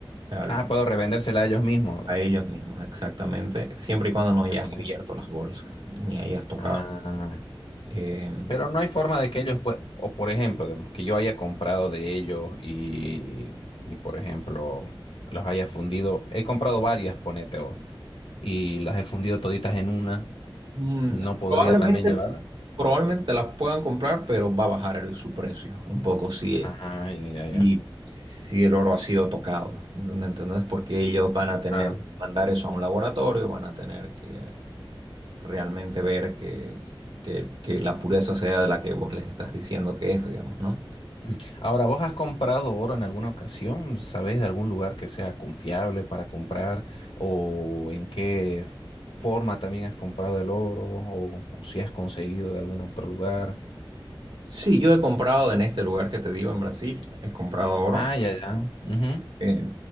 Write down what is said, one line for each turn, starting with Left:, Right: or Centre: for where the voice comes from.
Right: al-
Left: Ah, puedo revendérsela a ellos mismos.
Right: a ellos mismos, exactamente, siempre y cuando no
Left: Ah,
Right: hayas
Left: buenísimo.
Right: abierto las bolsas ni hayas tocado.
Left: Ah,
Right: Eh,
Left: pero no hay forma de que ellos puedan, o por ejemplo, digamos, que yo haya comprado de ellos y, y por ejemplo, los haya fundido. He comprado varias, ponete vos, y las he fundido toditas en una.
Right: mm,
Left: ¿No podría
Right: probablemente,
Left: también llevarlas?
Right: probablemente te las puedan comprar, pero va a bajar el- su precio un poco, sí.
Left: Ah, ya, ya, ya.
Right: Y si el oro ha sido tocado, ¿me entendés? Porque ellos van a tener
Left: Claro.
Right: que mandar eso a un laboratorio, van a tener que realmente ver que, que- que la pureza sea de la que vos les estás diciendo que es, digamos, ¿no?
Left: Ujú. Ahora, ¿vos has comprado oro en alguna ocasión? ¿Sabés de algún lugar que sea confiable para comprar? ¿O en qué forma también has comprado el oro? ¿O, o si has conseguido de algún otro lugar?
Right: Sí, yo he comprado en este lugar que te digo, en Brasil, he comprado oro.
Left: Ah, ya, ya. Ujú.
Right: Eh,